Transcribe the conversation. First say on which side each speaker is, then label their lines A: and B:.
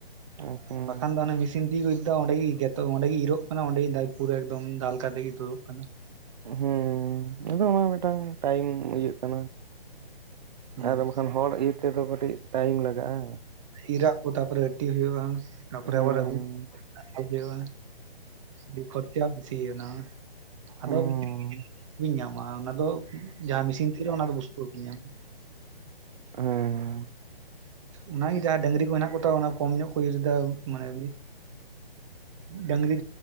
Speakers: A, on the right; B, on the right.
A: ᱟᱪᱪᱷᱟ
B: ᱵᱟᱠᱷᱟᱱ ᱫᱚ ᱚᱱᱮ ᱢᱮ ᱢᱤᱥᱤᱱ ᱛᱤᱜᱤ ᱠᱚ ᱤᱨ ᱫᱟ, ᱚᱸᱰᱮ ᱜᱮ ᱜᱮᱫᱚᱜ, ᱚᱸᱰᱮ ᱜᱮ ᱤᱨᱚᱜ ᱠᱟᱱᱟ, ᱚᱸᱰᱮ ᱜᱮ ᱯᱩᱨᱟᱹ ᱮᱠᱫᱚᱢ ᱫᱟᱞ ᱠᱟᱛᱮ ᱜᱮ ᱛᱩᱫᱩᱜ ᱠᱟᱱᱟ ᱾
A: ᱦᱮᱸ ᱟᱫᱚ ᱚᱱᱟ ᱢᱤᱫᱴᱟᱝ ᱴᱟᱭᱤᱢ ᱤᱭᱟᱹᱜ ᱠᱟᱱᱟ᱾
B: ᱦᱩᱸ
A: ᱟᱫᱚ ᱵᱟᱠᱷᱟᱱ, ᱦᱚᱲ ᱤᱨ ᱛᱮᱫᱚ ᱠᱟᱹᱴᱤᱡ ᱴᱟᱭᱤᱢ ᱞᱟᱜᱟᱜᱼᱟ
B: ᱤᱨ ᱨᱟᱠᱚ ᱛᱟᱨᱯᱚᱨᱮ ᱟᱴᱤ ᱦᱳᱭᱩᱜᱼᱟ, ᱛᱟᱨᱯᱚᱨᱮ
A: ᱦᱮᱸ
B: ᱟᱜᱩ ᱦᱳᱭᱩᱜᱼᱟ᱾ ᱟᱹᱰᱤ ᱠᱚᱛᱮ ᱵᱤᱥᱼᱟᱱᱟ <unintelligible> <unintelligible> ᱟᱫᱚ
A: ᱦᱩᱸ
B: <unintelligible> ᱧᱟᱢᱟ ᱚᱱᱟ ᱫᱚ ᱡᱟᱦᱟᱸ ᱢᱮᱥᱤᱱ ᱤᱨ ᱚᱱᱟ ᱫᱚ ᱵᱩᱥᱩᱠ ᱵᱟᱠᱤᱱ ᱧᱟᱢᱟ ᱾
A: ᱦᱮᱸ,
B: ᱚᱱᱟᱜᱮ ᱡᱟᱦᱟᱸ ᱰᱟᱝᱨᱤ ᱠᱚ ᱦᱮᱱᱟᱜ ᱠᱚᱛᱟ ᱠᱚᱢ ᱧᱚᱜ ᱠᱚ ᱤᱨ ᱫᱟ ᱢᱟᱱᱮ ᱾ ᱰᱟᱝᱨᱤ